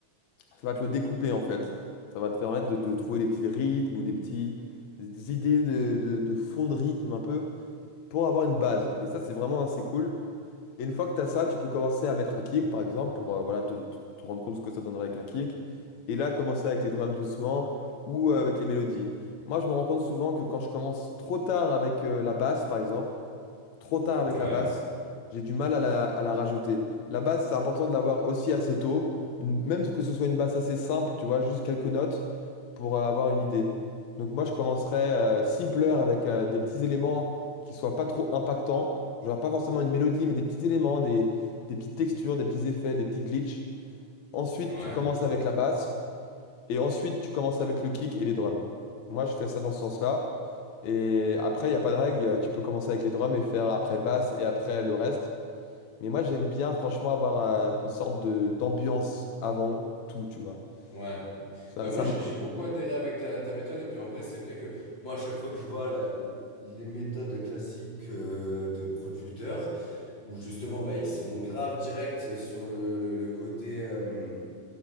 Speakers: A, on the left (about 70°); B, on the left (about 35°).
A: ça va te le découper en fait. Ça va te permettre de, de trouver des petits rythmes ou des petits des idées de, de, de fond de rythme un peu pour avoir une base. Et ça, c'est vraiment assez cool. Et une fois que tu as ça, tu peux commencer à mettre un kick par exemple pour euh, voilà, te, te- te rendre compte ce que ça donnerait avec un kick. Et là, commencer avec les drums doucement ou euh, avec les mélodies. Moi, je me rends compte souvent que quand je commence trop tard avec euh, la basse par exemple, trop tard avec
B: Ouais,
A: la basse. J'ai du mal à la, à la rajouter. La basse, c'est important de l'avoir aussi assez tôt. Une- même que ce soit une basse assez simple, tu vois, juste quelques notes pour euh, avoir une idée. Donc moi, je commencerais euh, simpler avec euh, des petits éléments qui soient pas trop impactants. Genre pas forcément une mélodie, mais des petits éléments, des, des petites textures, des petits effets, des petits glitches. Ensuite,
B: ouais.
A: tu commences avec la basse. Et ensuite, tu commences avec le kick et les drums. Moi, je fais ça dans ce sens-là. Et après, il n'y a pas de règle. Tu peux commencer avec les drums et faire après basse et après le reste. Mais moi, j'aime bien, franchement, avoir euh, une sorte de d'ambiance avant tout, tu vois.
B: Ouais.
A: Ça,
B: Bah moi
A: ça
B: j'ai
A: me-
B: j'ai beaucoup adhéré avec ta, ta méthode et puis en vrai c'est vrai que moi à chaque fois que je vois la- les méthodes classiques euh, de producteurs où justement bah ils sont grave directs sur le, le, le côté euh,